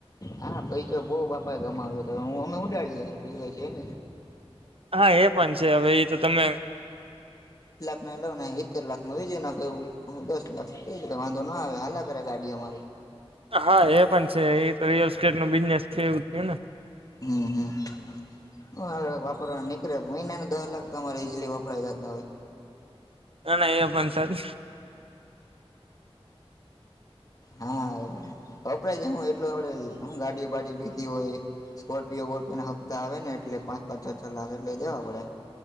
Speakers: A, on the left (about 35°); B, on the right (about 65°).
A: હા પછાઈ તો બહુ બાપાએ ગમાવ્યો હતો હું અમે ઉડાડીએ બીું પ છે. એ ન
B: હા, એ પણ છે. હવે એ તો તમે
A: ના એટ લ ને સિત્તેર લાખમાં વ જેને ક હુ, દસ લાખ ક કઈ વાંધો ના આવે હાલા કરે ગાડી અમારી
B: હા એ પણ છે. એ તો રિયલ એસ્ટેટ નું બિઝનેસ છે, એવું થું ને
A: હમ, હમ હ વાપરવાનું નીકળ્યો મહિનાનુ દહ લાખ તો અરે ઇઝલી વપરાય જતા હોય.
B: ના ન પણ સારી
A: હા અપડ જ હું એટલું આપડે ગાડીયો બાાડીયો લીધી હોય. સ્કોર્પિયો બોટપીના હપ્તા આવે ને એટલે પાંચ પાંચ છ છ, લાખ એટલે દેવા પડે